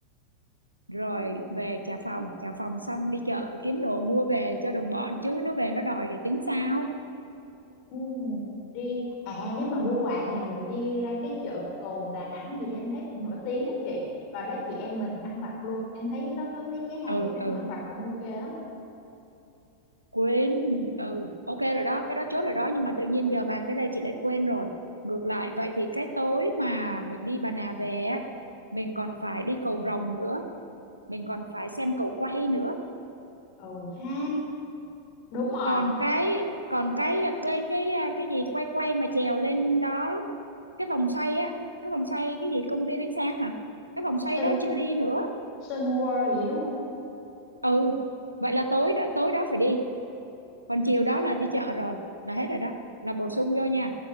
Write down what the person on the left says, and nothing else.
Ừ, đi à nếu mà mua quà thì mình đi ra cái chợ Cồn Đà Nẵng gì em thấy cũng nổi tiếng á chị và đó chị em mình ăn vặt luôn em thấy nó có mấy cái hàng
bán
đồ ăn vặt cũng ok lắm
ừ ha đúng rồi
Sun
Sun World gì đúng không